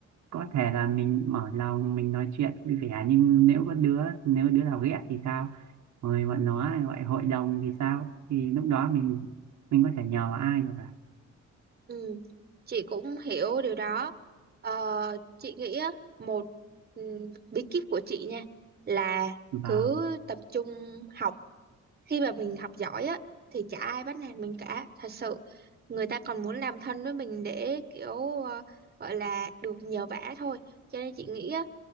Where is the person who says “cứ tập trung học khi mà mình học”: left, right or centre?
Right